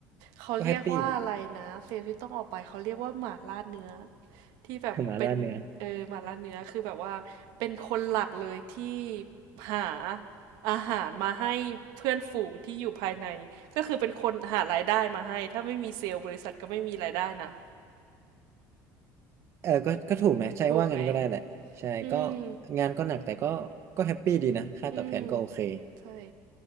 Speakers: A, on the right; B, on the right.
A: เขาเรียกว่าอะไรนะเซลล์ที่ต้องออกไปเขาเรียกว่าหมาล่าเนื้อ
B: ก็แฮปปี้ดี
A: ที่แบบเป็นเออหมาล่าเนื้อคือแบบว่าเป็นคนหลักเลยที่
B: <laughs> หมาล่าเนื้อ
A: หาอาหารมาให้เพื่อนฝูงที่อยู่ภายในก็คือเป็นคนหารายได้มาให้ถ้าไม่มีเซลล์บริษัทก็ไม่มีรายได้นะ
B: เออก็ก็ถูกนะใช่ว่างั้นก็ได้แหละใช่ก็
A: ถูกไหมอืม
B: งานก็หนักแต่ก็ก็แฮปปี้ดีนะค่าตอบแทนก็โอเค
A: อืมใช่